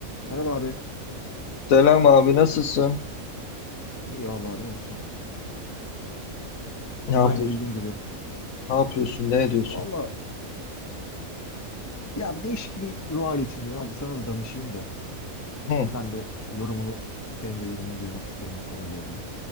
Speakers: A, on the left (about 20°); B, on the left (about 70°).
A: Merhaba abi.
B: Selam abi nasılsın?
A: İyi vallahi ne olsun.
B: Ne yapıyorsun?
A: Aynı bildiğin gibi.
B: Ne yapıyorsun? Ne ediyorsun?
A: Vallahi ya bir değişik bir ruh hali içindeyim. Hadi sana da danışayım da.
B: Hı,
A: Sen de yorumunu, senin de yorumunu duymak isterim bu konuyla ilgili.